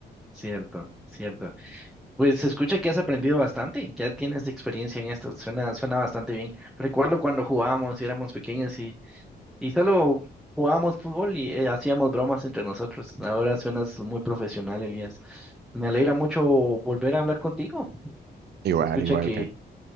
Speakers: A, in the centre; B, on the right.
A: Cierto, cierto. Pues se escucha que has aprendido bastante, ya tienes experiencia en esto, suena, suena bastante bien. Recuerdo cuando jugábamos y éramos pequeños y Y solo jugábamos fútbol y eh, hacíamos bromas entre nosotros. Ahora suenas muy profesional, Elías. Me alegra mucho volver a hablar contigo.
B: Igual,
A: Se escucha
B: igual,
A: que,
B: que